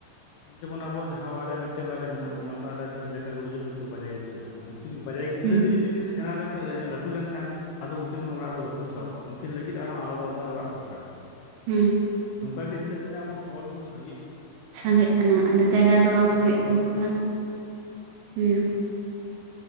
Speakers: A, on the left (about 80°); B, on the right (about 80°).
A: ᱛᱮᱦᱤᱧ ᱡᱮᱢᱚᱱ ᱟᱵᱚ ᱡᱟᱸᱦᱟ ᱚᱲᱟᱜ ᱨᱮ ᱢᱤᱫ ᱴᱮᱱ ᱵᱟᱨ ᱭᱟ ᱢᱮᱱᱟᱜ ᱵᱚᱱᱟ ᱚᱱᱟ ᱚᱲᱟᱜ ᱨᱮ ᱡᱟᱠᱟ <unintelligible> ᱦᱚᱭ ᱛᱳ ᱵᱟᱨ ᱭᱟ ᱜᱤᱫᱽᱨᱟᱹ ᱦᱮᱱᱟᱜ ᱠᱤᱱᱟ ᱱᱩᱠ ᱵᱟᱨᱭᱟ ᱜᱤᱫᱽᱨᱟᱹ
B: ᱦᱮᱸ
A: ᱜᱮ ᱡᱩᱫᱤ ᱠᱤᱱ ᱥᱮᱬᱟ ᱞᱮᱱ ᱠᱷᱟᱱ, ᱞᱟᱹᱴᱩ ᱞᱮᱱ ᱠᱷᱟᱱ ᱟᱫᱚ ᱩᱱᱠᱤᱱ ᱦᱚᱸ ᱚᱱᱟ ᱚᱲᱟᱜ ᱨᱮᱫᱚ ᱵᱟᱠᱤᱱ ᱥᱟᱦᱚᱵᱼᱟ, ᱩᱱᱠᱤᱱ ᱞᱟᱹᱜᱤᱫ ᱟᱨᱦᱚᱸ ᱟᱞᱟᱫᱟ ᱟᱞᱟᱫᱟ ᱚᱲᱟᱜ ᱫᱚᱨ ᱠᱟᱨᱟ।
B: ᱦᱮᱸ।
A: ᱮᱸ ᱱᱚᱝ ᱠᱟ ᱜᱮ ᱫᱤᱱᱮ ᱫᱤᱱᱮ ᱟᱵᱚ ᱦᱚᱲ ᱵᱚᱱ ᱥᱟᱸᱜᱮᱜ ᱠᱟᱱᱟ᱾ ᱢᱮᱱᱠᱷᱟᱱ
B: ᱥᱟᱸᱜᱮᱜ
A: ᱟᱵᱚᱣᱟᱜ ᱱᱚᱣᱟ
B: ᱠᱟᱱᱟ
A: ᱡᱟᱸᱜᱟ
B: ᱟᱫᱚ ᱡᱟᱭ ᱜᱟ ᱫᱚ ᱵᱟᱝ
A: ᱡᱟᱭᱜᱟ
B: ᱥᱟᱸᱜᱮᱜ
A: ᱛᱚ ᱟᱨ ᱵᱟᱝ ᱵᱟᱹᱲᱛᱤᱜ
B: ᱠᱟᱱᱟ
A: ᱥᱮ
B: ᱦᱮᱸ।